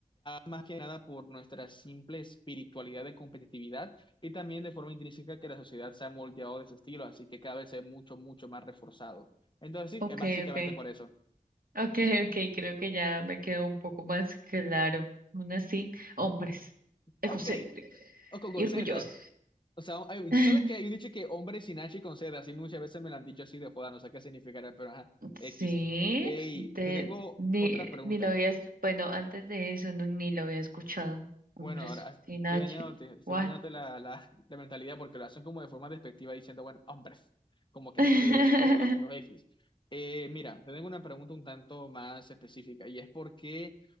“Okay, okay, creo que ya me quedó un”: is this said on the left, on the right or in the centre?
Right